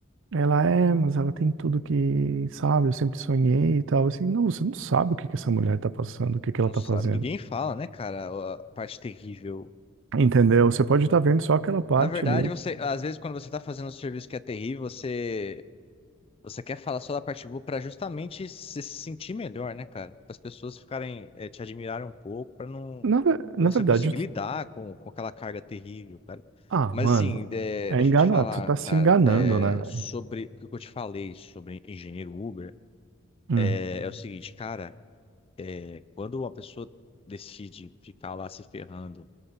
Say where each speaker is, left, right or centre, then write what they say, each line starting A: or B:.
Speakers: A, on the right (about 60°); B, on the left (about 25°).
A: Ela é, mas ela tem tudo que, sabe, eu sempre sonhei e tal. Assim, não, você não sabe o que que essa mulher tá passando, o que que
B: Não
A: ela tá
B: sabe,
A: fazendo.
B: ninguém fala, né, cara, a parte terrível.
A: Entendeu? Você pode estar vendo só aquela parte
B: Na verdade,
A: ali.
B: você, às vezes, quando você tá fazendo um serviço que é terrível, você Você quer falar só da parte boa para justamente se sentir melhor, né, cara? Para as pessoas ficarem, eh, te admirarem um pouco, para não,
A: Na, ve- na
B: para
A: verdade,
B: você conseguir
A: tu-
B: lidar com, com aquela carga terrível, cara.
A: ah,
B: Mas
A: mano,
B: assim, eh,
A: é
B: deixa
A: enganar,
B: eu te falar,
A: tu tá
B: cara,
A: se enganando,
B: eh,
A: né? velho?
B: sobre o que eu te falei sobre engenheiro Uber,
A: Hum,
B: eh, é o seguinte, cara, eh, quando uma pessoa decide ficar lá se ferrando